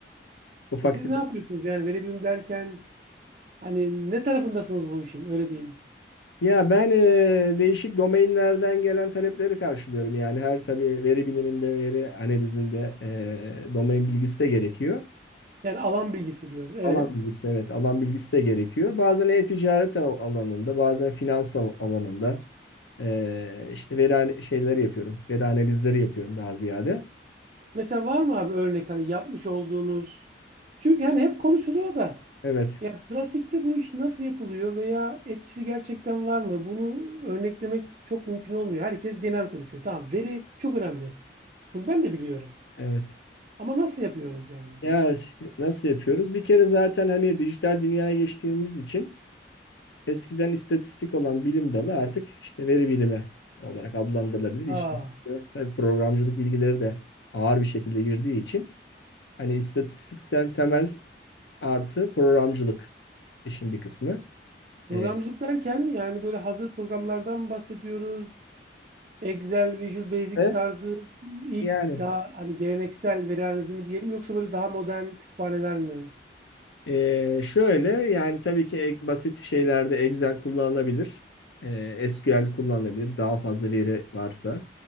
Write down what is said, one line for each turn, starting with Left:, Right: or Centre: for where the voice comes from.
Left: Ufak
Right: E siz ne yapıyorsunuz? Yani veri bilimi derken hani ne tarafındasınız bu işin? Öyle diyeyim.
Left: Ya ben eee, değişik domainlerden gelen talepleri karşılıyorum. Yani her tabii veri biliminde, veri analizinde eee domain bilgisi de gerekiyor.
Right: Yani alan bilgisi diyoruz. Evet.
Left: Alan bilgisi evet, alan bilgisi de gerekiyor. Bazen e-ticaret al- alanında, bazen finans al- alanında eee, işte veri an- şeyleri yapıyorum. Veri analizleri yapıyorum daha ziyade.
Right: Mesela var mı abi örnek hani yapmış olduğunuz? Çünkü hani hep konuşuluyor da
Left: Evet,
Right: ya pratikte bu iş nasıl yapılıyor veya etkisi gerçekten var mı? Bunu örneklemek çok mümkün olmuyor. Herkes genel konuşuyor. Tamam veri çok önemli. Bunu ben de biliyorum.
Left: evet.
Right: Ama nasıl yapıyoruz yani?
Left: Ya ş- nasıl yapıyoruz? Bir kere zaten hani dijital dünyaya geçtiğimiz için Eskiden istatistik olan bilim dalı artık işte veri bilimi olarak adlandırılabilir. İşin
Right: Aa,
Left: içine tabii programcılık bilgileri de ağır bir şekilde girdiği için hani istatistiksel temel artı programcılık işin bir kısmı.
Right: programcılık
Left: Ee,
Right: derken yani böyle hazır programlardan mı bahsediyoruz? Excel, Visual Basic
Left: ve
Right: tarzı ilk
Left: yani
Right: daha hani geleneksel veri analizi mi diyelim yoksa böyle daha modern kütüphaneler mi?
Left: Ee, şöyle yani tabii ki e- basit şeylerde Excel kullanılabilir. Ee, SQL kullanılabilir. Daha fazla veri varsa.